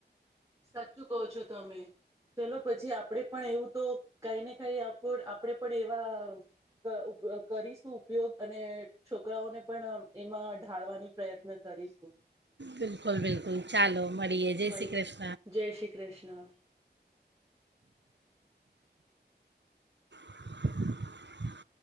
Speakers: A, on the right (about 20°); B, on the right (about 80°).
A: સાચું કહો છો તમે ચલો પછી આપણેે પણ એવું તો કઈ ને કઈ આપણેે પણ એવા ક ઉ કરીશું ઉપયોગ અને છોકરાઓને પણ એમાં ઢાળવાની પ્રયત્ન કરીશું.
B: બિલકુલ બિલકુલ ચાલો મળરીએ જય
A: મળીએ
B: શ્રી કૃષ્ણ.
A: જય શ્રી કૃષ્ણ
B: <inaudible>